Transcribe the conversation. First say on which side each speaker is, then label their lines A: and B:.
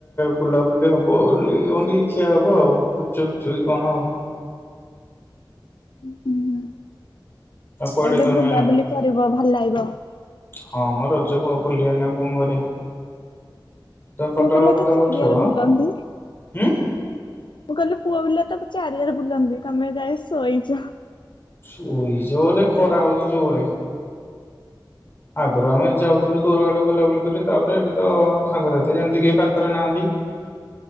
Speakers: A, on the left; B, on the left.
A: ବୁଲାବୁଲି ହବ ବୁଲିକ କଣ ଟିକି ଖିଆ ହବ ଆଉ ଗୁପଚୁ ଫୁପଚୁ କି କଣ।
B: ଉଁ ହୁଁ।
A: କୁଆଡେ
B: ଆଉ ଟିକେ
A: ତମେ
B: ବୁଲାବୁଲି କରିବ ଭଲ ଲାଗିବ।
A: ହଁ ମଁ ରଜ କୁ ବୁଲି ବାନି ଆଉ କଣ କରିବା। ତମେ ଫଟୋ
B: ପୁଅ ପିଲା
A: ଆଉ କେତେବେଳେ
B: ତ ଚାରିଆଡେ
A: ଉଠେଇବ
B: ବୁଲନ୍ତି।
A: ଉଁ
B: ମୁଁ କହିଲି ପୁଅ ପିଲା ତ ଚାରିଆରେ ବୁଲନ୍ତି ତମେ ଏ ଯାଏଁ ଶୋଇଛ।
A: ଶୋଇଛି ମାନେ ଖରା ହେଉଛି ଜୋରେ। ଆଗରୁ ଆମେ ଯାଉଥିଲୁ ଦୂର ବାଟ ବୁଲାବୁଲି କରି ତାପରେ ଏବେ ତ ସାଙ୍ଗସାଥି ଯେମିତି କେହି ପାଖରେ ନାହାନ୍ ଉ